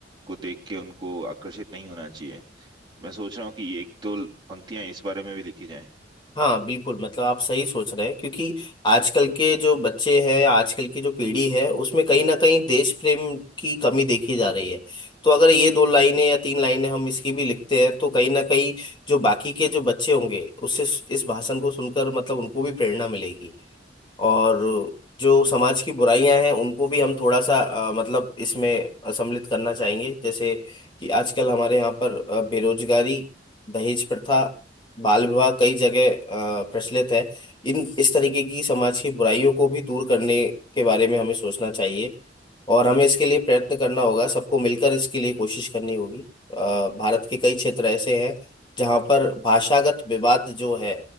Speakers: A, on the right; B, on the left.
A: को देख के उनको आकर्षित नहीं होना चाहिए मैं सोच रहा हूँ कि ये एक दो पंक्तियां इस बारे में भी लिखी जाएं
B: हाँ बिल्कुल मतलब आप सही सोच रहे हैं क्योंकि आजकल के जो बच्चे हैं आजकल की जो पीढ़ी है उसमें कहीं ना कहीं देश प्रेम की कमी देखी जा रही है तो अगर ये दो लाइनें या तीन लाइनें हम इसकी भी लिखते हैं तो कहीं ना कहीं जो बाकी के जो बच्चे होंगे उससे इस भाषण को सुनकर मतलब उनको भी प्रेरणा मिलेगी और जो समाज की बुराइयां हैं उनको भी हम थोड़ा सा अ, मतलब इसमें सम्मिलित करना चाहेंगे जैसे कि आजकल हमारे यहाँ पर अ, बेरोजगारी दहेज प्रथा बाल विवाह कई जगह अ, प्रचलित है इन इस तरीके की समाज की बुराइयों को भी दूर करने के बारे में हमें सोचना चाहिए और हमें इसके लिए प्रयत्न करना होगा सबको मिलकर इसके लिए कोशिश करनी होगी अ, भारत के कई क्षेत्र ऐसे हैं जहाँ पर भाषागत विवाद जो है